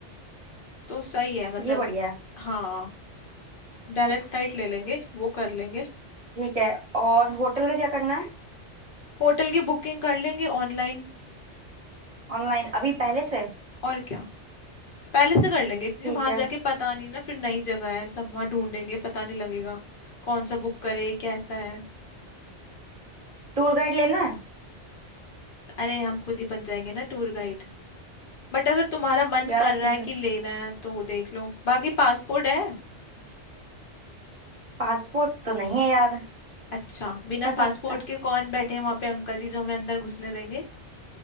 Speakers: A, on the left; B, on the right.
A: तो सही है मतलब
B: ये बढ़िया है
A: हाँ डायरेक्ट फ्लाइट ले लेंगे वो कर लेंगे
B: ठीक है और होटल का क्या करना है
A: होटल की बुकिंग कर लेंगे ऑनलाइन
B: ऑनलाइन अभी पहले से
A: और क्या पहले से कर लेंगे क्योंकि
B: ठीक
A: वहां
B: है
A: जाके पता नहीं ना फिर नई जगह है सब वहां ढूंढेंगे पता नहीं लगेगा कौन सा बुक करे कैसा है
B: टूर गाइड लेना है
A: अरे हम खुद ही बन जाएंगे ना टूर गाइड बट अगर तुम्हारा मन
B: यार
A: कर
B: अच्छे
A: रहा
B: से
A: है कि लेना है तो देख लो बाकी पासपोर्ट है
B: पासपोर्ट तो नहीं है यार
A: अच्छा बिना
B: <laughs>
A: पासपोर्ट के कौन बैठे हैं वहां पे अंकल जी जो हमें अंदर घुसने देंगे